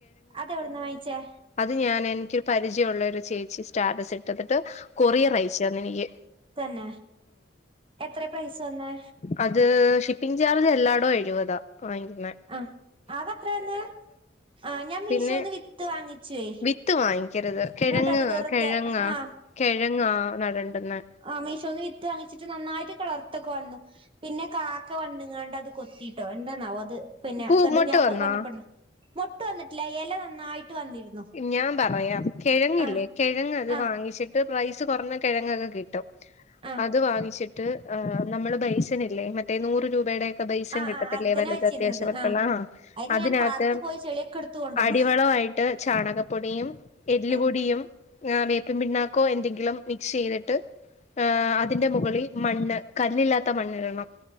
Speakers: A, on the right; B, on the left.
A: അതെവിടന്ന് വാങ്ങിച്ചേ?
B: അത് ഞാൻ എനിക്കൊരു പരിചയമുള്ള ഒരു ചേച്ചി സ്റ്റാറ്റസ് ഇട്ടത്തിട്ട് കൊറിയർ അയച്ചന്ന എനിക്ക്.
A: തന്നെ എത്ര പ്രൈസ തന്ന?
B: അത് ഷിപ്പിംഗ് ചാർജ് എല്ലായിടോ എഴുപതാ വാങ്ങിക്കുന്നത്.
A: ആഹ് ആകത്രെ വരുന്നേ ആ ഞാൻ മീശോന്ന്
B: പിന്നെ
A: വിത്ത് വാങ്ങിച്ചുവേ-
B: വിത്ത് വാങ്ങിക്കരുത് കിഴങ്ങങ്
A: ഇങ്ങട്ട് അത് വെറുതെ
B: കിഴങ്ങാ
A: ആ
B: കിഴങ്ങാ നടണ്ടന്ന്
A: ആഹ് മീശോന്ന് വിത്ത് വാങ്ങിച്ചിട്ട് നന്നായിട്ട് കളർത്തൊക്കെ വന്നു പിന്നെ- ക്കെ വന്നങ്ങാണ്ട് അത് കൊത്തിട്ടോ എന്താന്നാവോ അത് പിന്നെ
B: പൂ
A: ക
B: മൊട്ട്
A: ഞാൻ
B: വന്നോ
A: വന്നപ്പ- മൊട്ട് വന്നിട്ടില്ല ഇല നന്നായിട്ട് വന്നിരുന്നു.
B: ഞാൻ പറയാം കിഴങ്ങില്ലേ
A: ആ
B: കിഴങ്ങ് അത്
A: ആ
B: വാങ്ങിച്ചിട്ട് പ്രൈസ് കുറഞ്ഞ കിഴങ്ങൊക്കെ കിട്ടും.
A: ആ
B: അത് വാങ്ങിച്ചിട്ട് ആഹ് നമ്മള് ബൈസനില്ലേ മറ്റേ നൂറ് രൂപയുടെ- പൈസം
A: ആ
B: കിട്ടത്തില്ലേ
A: ആ അത് തന്നെ
B: വലത്
A: വെച്ചിരുന്നത്
B: അത്യാവശ്യംക്കള്ളാ
A: ആ അതിന്
B: അതിനകത്ത്
A: ഞാൻ പാടത്ത് പോയി ചെളിയൊക്കെ എടുത്ത് കൊണ്ടന്ന്
B: അടിവളയിട്ട് ചാണകപ്പൊടിയും എല്ലുപൊടി
A: ഉം
B: - വേപ്പൻ പിണ്ണാക്കോ എന്തെങ്കിലും മിക്സ് ചെയ്തിട്ട്. ആഹ് ഹ അതിന്റെ മുകളിൽ മണ്ണ് കല്ലില്ലാത്ത മണ്ണിടണം-